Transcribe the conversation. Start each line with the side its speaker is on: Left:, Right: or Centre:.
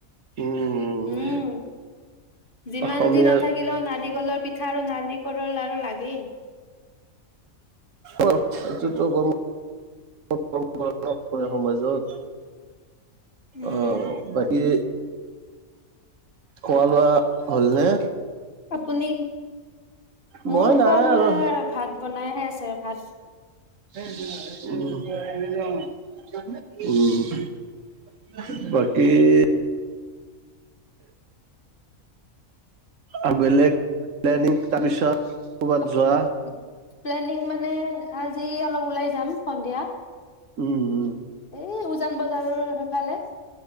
Right: উম
Left: উম যিমান
Right: অসমীয়াৰ
Left: যি নাথাকিলেও নাৰিকলৰ পিঠা আৰু নাৰিকলৰ লডাৰু লাগেই।
Right: আহ এইটোতো কৰ্ম সমাজত
Left: উম,
Right: অ' বাকী খোৱা লোৱা হ'লনে
Left: আপুনি
Right: মই
Left: মোৰ
Right: নাই
Left: খোৱা লোৱা
Right: আৰু
Left: ভাত বনাইহে আছে ভাত
Right: য উম বাকী আৰু বেলেগ প্লেনিং‌ তাৰপিছত। ক'বাত
Left: আপু
Right: যোৱা
Left: প্লেনিং মানে আজি অলপ ওলাই যাম সন্ধিয়া।
Right: উম, উম
Left: এই উজান বজাৰৰ সেফালে।